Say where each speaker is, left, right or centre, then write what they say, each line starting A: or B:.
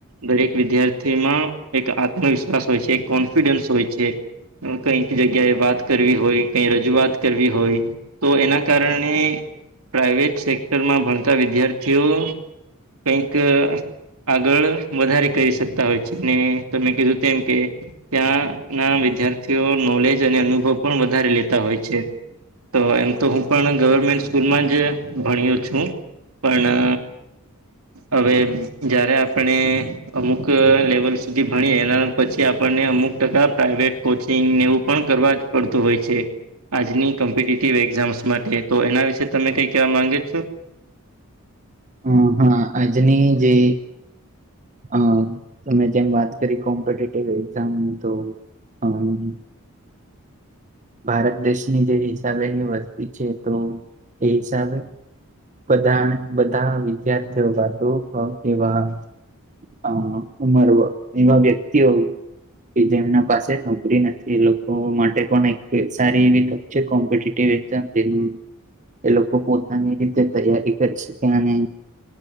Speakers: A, on the right; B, on the right.
A: દરેક વિદ્યાર્થીમાં એક આત્મવિશ્વાસ હોય છે એક કોન્ફિડન્સ હોય છે. કઈક જગ્યા એ વાત કરવી હોય, કઈ રજૂઆત કરવી હોય તો એના કારણે પ્રાાઈવેટ સેક્ટરમાં ભણતા વિદ્યાર્થીઓ કઈક આગળ વધારે કરી શકતા હોય છે ને તમે કીધું તેમ કે ત્યાં ના વિદ્યાર્ થીઓ તેઓ નોલેજ અને અનુભવ પણ વધારે લેતા હોય છે તો એમ તો હું પણ ગવર્મેન્ટ સ્કૂલમાં જ ભણ્યો છું પણ અ હવે જ્યારે આપણે અમુક લેવલ સુધી ભણીએ એના પછી આપણને અમુક ટકા પ્રાઇવેટ કોચિંગને એવું પણ કરવા જ પડતું હોય છે. આજની કમ્પિટીટિવ એક્ઝામ્સ માટે તો એના વિશે તમે કઈ કેવા માંગે છો?
B: હમ હા આજની જે અ તમે જેમ વાત કરી કોમ્પિટેટિવ એક્ઝામ ની તો હમ્મ. ભારત દેશની જે હિસાબે એની વસ્તી છે તો એ હિસાબે બધા બધા વિદ્યાર્થીઓ જાગૃત થાય એવા હઅ ઉમર વ એવા વ્યક્તિઓ કે જેમના પાસે નોકરી નથી એ લોકો માટે પણ એક સારી એવી જે કોમ્પિટિવ એકઝામ જેનું એ લોકો પોતાની રીતે તૈયારી કરી શ કે અને